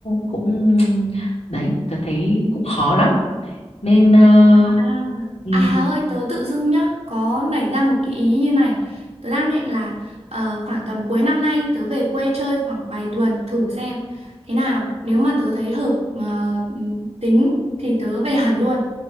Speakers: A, on the left; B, on the right.
A: cũng đấy tớ thấy cũng khó lắm nên ờ,
B: À,
A: ừ.
B: à Hà ơi, tớ tự dưng nhá, có nảy ra một cái ý như này. Tớ đang định là ờ, khoảng tầm cuối năm nay tớ về quê chơi khoảng vài tuần thử xem thế nào. Nếu mà tớ thấy hợp mà ừm, tính thì tớ về hẳn luôn.